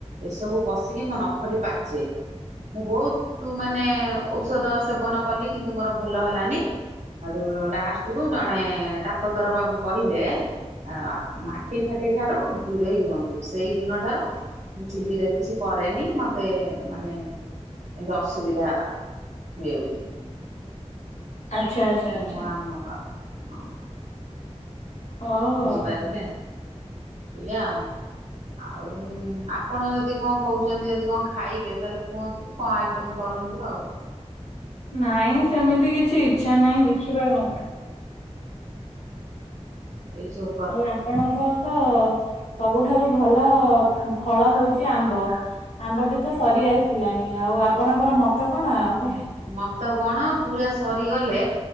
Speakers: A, on the right (about 85°); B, on the left (about 75°).
A: ଏସବୁ ପଶିକି ମୋ ନଖଟି ପାଚେ। ମୁଁ ବହୁତ ମାନେ ଔଷଧ ସେବନ କଲି କିନ୍ତୁ ମୋର ଭଲ ହେଲାନି। ହେଟୁ ଲାଷ୍ଟକୁ ଜଣେ ଡାକତର ବାବୁ କହିଲେ ଆ ମାଟି ଫାଟି ଠାରୁ ଦୂରେଇ ରୁହନ୍ତୁ। ସେଇ ଦିନଠାରୁ ମୁଁ ଚୁଲିରେ କିଛି କରେନି ମତେ ମାନେ ଏମିତି ଅସୁବିଧା ହୁଏ ବୋଲି।
B: ଆଚ୍ଛା ଆଚ୍ଛା
A: ମୁଁ
B: ଆଛା।
A: <inaudible>
B: ହଉ
A: ବୁଝିପାରିଲେ
B: ଆଉ।
A: ଏଇଆ ଆଉ। ଆଉ ଆପଣ ଯଦି କଣ କହୁଛନ୍ତି ଯଦି କଣ ଖାଇବେ ତାହେଲେ କୁହନ୍ତୁ? କଣ ଆଇଟମ କରନ୍ତୁ ଆଉ
B: ନାଇଁ ସେମିତି କିଛି ଇଛା ନାହିଁ ଦେଖିବା ଆଉ।
A: ଏଇ ସବୁ
B: ଆଉ ଆପଣଙ୍କର ତ ସବୁଠାରୁ ଭଲ ଫଳ ହଉଛି ଆମ୍ବ, ଆମ୍ବଟି ତ ସରି ଆସ ହେଲାଣି। ଆଉ ଆପଣଙ୍କର
A: <inaudible>
B: <inaudible>
A: ମତ କଣ ପୁରା ସରିଗଲେ